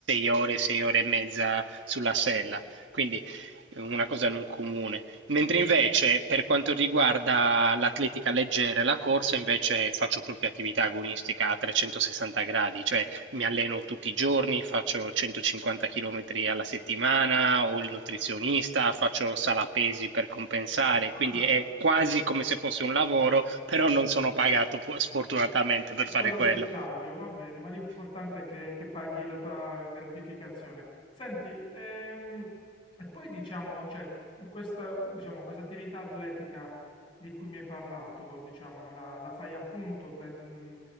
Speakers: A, on the right (about 80°); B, on the left (about 25°).
A: ore, 6 ore e mezza sulla sella, quindi eh, una cosa non comune. Mentre invece per quanto riguarda l'atletica leggera e la corsa, invece faccio proprio attività agonistica a 360 gradi, cioè mi alleno tutti i giorni, faccio 150 km alla settimana, ho il nutrizionista, faccio sala pesi per compensare,
B: Ah.
A: quindi è quasi come se fosse un lavoro, però non sono pagato pu- sfortunatamente per
B: Piccolo
A: fare quello.
B: dettaglio, va bene, ma l'importante è che, che paghi la tua gratificazione. Senti, ehm, e poi diciamo, cioè, questa, diciamo, questa attività atletica di cui mi hai parlato, diciamo, la, la fai appunto per, un-